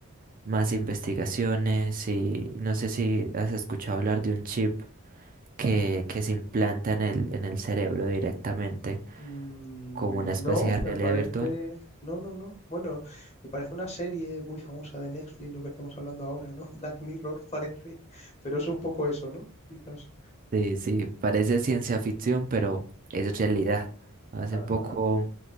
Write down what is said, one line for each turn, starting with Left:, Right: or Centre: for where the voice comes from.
Right: más investigaciones y no sé si has escuchado hablar de un chip que, que se implanta en el, en el cerebro directamente
Left: Mm,
Right: como una especie
Left: No,
Right: de
Left: me
Right: realidad
Left: parece.
Right: virtual.
Left: No, no, no. Bueno, me parece una serie muy famosa de Netflix, lo que estamos hablando ahora, ¿no? <laughs> Black Mirror parece, pero es un poco eso, ¿no? Quizás.
Right: Sí, sí, parece ciencia ficción, pero es realidad. Hace
Left: Ajá,
Right: poco